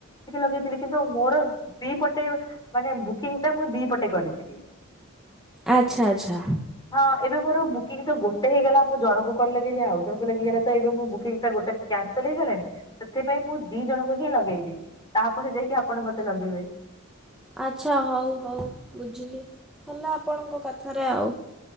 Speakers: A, on the left; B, in the centre.
A: ଲଗେଇଥିଲି କିନ୍ତୁ ମୋର ଦି ପଟେ ମାନେ ବୁକିଂ ଟା ମୁଁ ଦି ପଟେ କରିଥିଲି।
B: ଆଛା ଆଛା।
A: ହଁ ଏବେ ମୋର ବୁକିଂ ତ ଗୋଟେ ହେଇଗଲା ମୁ ଜଣଙ୍କୁ କଲେ କେମିତି ଆଉ ଜଣଙ୍କୁ ଲାଗିଗଲା ତ ଏବେ ମୁଁ ବୁକିଂଟା ଗୋଟେ କ୍ୟାନ୍ସଲ ହେଇଗଲାଣି। ସେଥିପାଇଁ ମୁଁ ଦି ଜଣଙ୍କୁ ହିଁ ଲଗେଇବି ତାପରେ ଯାଇକି ଆପଣ ମତେ ଲଗେଇବେ।
B: ଆଛା ହଉ ହଉ ବୁଝିଲି ହେଲା ଆପଣଙ୍କ କଥାରେ ଆଉ।